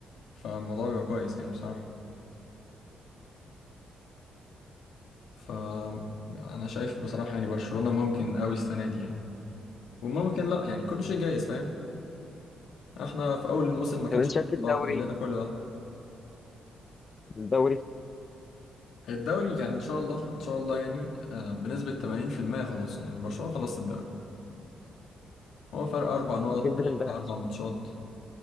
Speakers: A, on the left (about 80°); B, on the left (about 35°).
A: فالموضوع بيبقى كويس يعني بصراحة فأنا شايف بصراحة يعني برشلونة ممكن قوي السنة دي يعني وممكن لا يعني كل شيء جايز فاهم احنا في أول الموسم ما كانش
B: طب انت
A: حد
B: شايف
A: يتوقع
B: الدوري
A: لنا كل ده
B: الدوري
A: الدوري يعني إن شاء الله إن شاء الله يعني آه، بنسبة 80% خلاص يعني برشلونة خلصت الدوري هو فرق أربع نقط
B: كسبت امبارح
A: أربع ماتشات